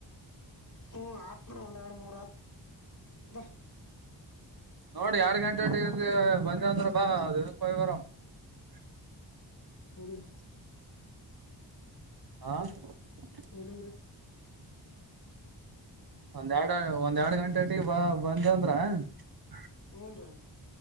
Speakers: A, on the left; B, on the right.
A: ಹ್ಮ ಆತ್ನ ಒಂದ ಎರಡು ಮೂರುತ್ <unintelligible>
B: ನೋಡಿ ಎರಡ್ ಗಂಟೆಟ ಬಂದ ಅಂದ್ರ ಬಾ ಅ ಇದಕ್ಯ ಬರಾಮ <unintelligible>
A: ಹ <unintelligible>
B: ಹ <unintelligible>
A: ಎಲ್ಲಿಗ್ರಿ <inaudible>
B: ಒಂದ್ ಎರಡು ಒಂದ್ ಎರಡು ಗಂಟೆಟ್ಟಿಗೆ ಬ ಬಂದ ಅಂದ್ರ <unintelligible>
A: ಹಊನ್ರಾ <unintelligible>